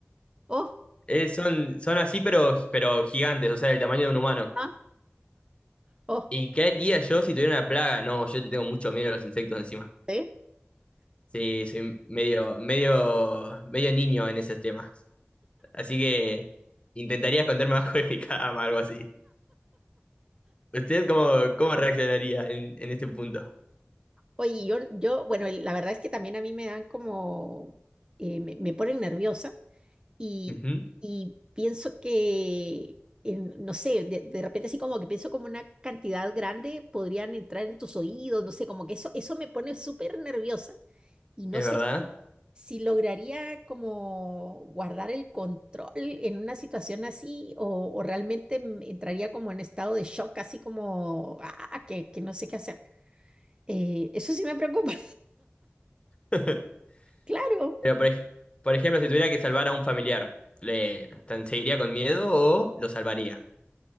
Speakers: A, on the right; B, on the left.
A: Oh,
B: Eh, son, son así, pero, pero gigantes, o sea, del tamaño de un humano.
A: ah, oh.
B: ¿Y qué haría yo si tuviera una plaga? No, yo te tengo mucho miedo a los insectos encima.
A: ¿Eh?
B: Sí, soy medio, medio, medio niño en esos temas. Así que intentaría esconderme <laughs> bajo de mi cama, algo así. ¿Usted cómo, cómo reaccionaría en, en este punto?
A: Oye, yo, yo, bueno, el- la verdad es que también a mí me dan como, eh, me, me ponen nerviosa y,
B: Ujú,
A: y pienso que, en- no sé, de, de repente así como que pienso como una cantidad grande podrían entrar en tus oídos, no sé, como que eso, eso me pone súper nerviosa y no
B: Es
A: sé
B: verdad.
A: si, si lograría como guardar el control en una situación así o, o realmente m- entraría como en estado de shock, así como, ah, que, que no sé qué hacer. Eh, eso sí me preocupa.
B: <laughs>
A: Claro,
B: Pero por, ej- por ejemplo, si tuviera que salvar a un familiar, ¿le tan- seguiría con miedo o lo salvaría?